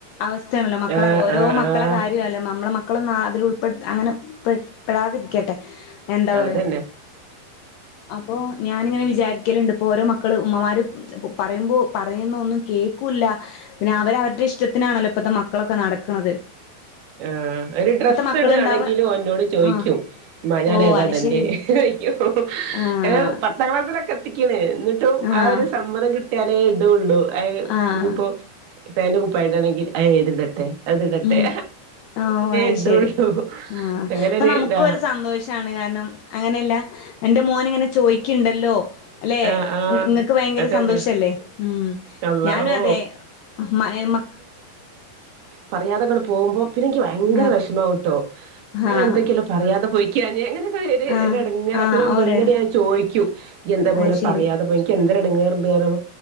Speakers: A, on the left; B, on the right.
A: അവസ്ഥയാണല്ലോ മക്കളെ
B: ആഹ്
A: ഓരോ
B: ആഹ്
A: മക്കളെ
B: ആഹ്
A: കാര്യമല്ല നമ്മളെ മക്കളും അതി ഉൾപ്പെട്ട അങ്ങനെ പെ പെടാതിരിക്കട്ടെ എന്താ പറയാ
B: അതന്നെ
A: അപ്പൊ ഞാനിങ്ങനെ വിചാരിക്കലുണ്ട് ഇപ്പോ ഓരോ മക്കള് ഉമ്മമാര് പറയുമ്പോ പറയുന്ന ഒന്നും കേൾക്കൂല്ല പിന്നെ അവരവരുടെ ഇഷ്ടത്തിനാണല്ലോ ഇപ്പത്തെ മക്കളൊക്കെ നടക്ക്ണത്
B: ആഹ് ഒരു ഡ്രസ്സ്
A: മക്കളുണ്ടാവ
B: ഇടണെങ്കിലും ഓൻ എന്നോട് ചോയ്ക്കും
A: ആഹ്
B: ഞൻ
A: ഓ
B: ഏതാടണ്ട്യ
A: അത് ശരി
B: ചോതിക്കും
A: ആഹ്
B: ഏ പത്താം ക്ലാസ്സിലെക്കെ ത്തിക്ക്ണ് ന്നിട്ടും
A: ആഹ്
B: ആ ഒരു സമ്മതം കിട്ട്യാലേ ടൊള്ളു അ
A: ആഹ്
B: ഇനിപ്പോ പാൻ്റും കുപ്പായിടാണെങ്കിൽ അ ഇതിടട്ടെ അത് ഇടട്ടെ
A: ഉം ഓ അശരി
B: ഇടുള്ളൂ
A: ആ
B: അങ്ങനൊരു
A: അപ്പൊ നമുക്കും
B: ഇതാ
A: ഒരു സന്തോഷണ് കാരണം അങ്ങനെല്ല എൻ്റെ മോന് ഇങ്ങനെ ചോയിക്ക്ണ്ടല്ലോ? അല്ലെ
B: ആഹ് ആഹ്
A: ങ്ങക്ക് ഭയങ്കര
B: അതന്നെ
A: സന്തോഷല്ലേ ഉം
B: അള്ള
A: ഞാനും
B: ഓ
A: അതെ മ മ
B: പറയാതെക്കെ പോകുമ്പം പിന്നെനിക്ക് ഭയങ്കര
A: ആഹ്
B: വെഷമാവുംട്ടോ അവ
A: ആഹ്
B: എന്തൊക്കെയല്ലോ പറയാതെ പോയി കാഞ്ഞങ്ങനെ ഒര്
A: ആഹ്
B: ഒരെടങ്ങറ
A: ആഹ്
B: പിന്നെ
A: ഓരേണ്
B: വന്നിട്ട് ഞാൻ ചോദിക്കു ഇയെ ങ്ങനെ
A: അത് ശരി
B: പറയാതെ പോയിക്കേ എന്തരുണ്ട് വേറെന്തോ പറയണ്